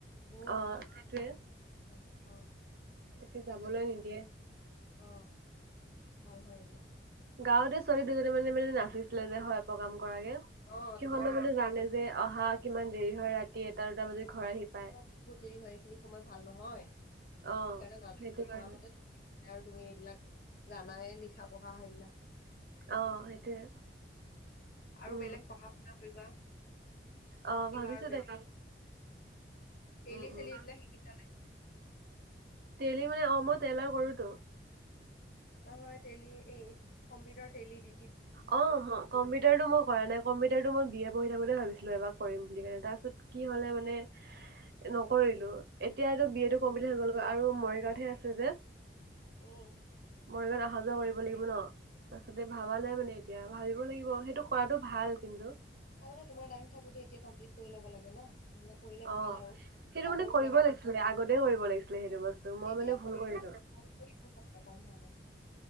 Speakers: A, on the left; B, on the right.
A: বহুত
B: অ
A: ভাল অ',
B: সেইটোৱে
A: অ'।
B: তাকে
A: সেইবিলাক
B: যাবলৈ নিদিয়ে।
A: অ', ভাল হয় এইবিলাক।
B: গাঁৱতে ছোৱালী দুজনীনে মানে মানে নাচিছিলে, যে হয় পকাম কৰাগে
A: অ
B: সিহঁতে
A: তোমাৰ দেখি
B: মানে জানে যে অহা কিমান দেৰি হয় ৰাতি। দুটা বজাত ঘৰ আহি
A: অ',
B: পায়।
A: অ', বহুত দেৰি হয় এইখিনি সময় ভাল নহয়। সেইকাৰণে
B: অ',
A: নালাগে
B: সেইটো
A: দিয়া
B: কাৰণে
A: মাহঁতে আৰু তুমি এইবিলাক জানাইে লিখা পঢ়া সেইবিলাক
B: অ', সেইটোৱে
A: আৰু
B: উম।
A: বেলেগ পঢ়া শুনা কৰিবা।
B: অ',
A: কিবা
B: ভাবিছো
A: আৰু বেলেগ
B: তাকে
A: টেলি
B: উম,
A: চেলি
B: উম,
A: এইবিলাক শিকিছানে?
B: তেলি মানে অ মই তেলাৰ কৰোতো
A: নহয় তেলি এই কম্পিউটাৰ তেলি দি
B: অ, কম্পিউটাৰ টো ম কৰা নাই কম্পিউটাৰতো মই বি এ পঢ়ি থাক ব বুলি ভাবিছিলো এবাৰ কৰিম বুলি কণে তাৰপিছত কি হ'লে মানে নকৰিলো এতিয়া এইটো বি এটো
A: উম
B: কমপ্লিট হৈ গলগৈ আৰু মৰিগাঁতহে আছে যে
A: উম।
B: মই মানে অহা যোৱা কৰিব লাগিব ন? তাৰ পাছতে
A: উম
B: ভাবা নাই মানে এতিয়া ভাবিব লাগিব সেইটো কৰাটো ভাল কিন্তু৷
A: তাৰমানে তোমাৰ টাইম থাকোতে এতিয়া কমপ্লিট কৰি লব লাগে ন? সেবিলাক কৰিলে ভাল
B: অ
A: আৰু৷
B: সেইটো
A: কাপোৰ
B: মানে কৰিব
A: বিলাক এক্সট্ৰা৷
B: লাগিছিলে আগতে কৰিব লাগিছিলে সেইটো বস্তু মই
A: এতিয়া
B: মানে ভুল
A: কৰিব।
B: কৰিলো
A: কথা কম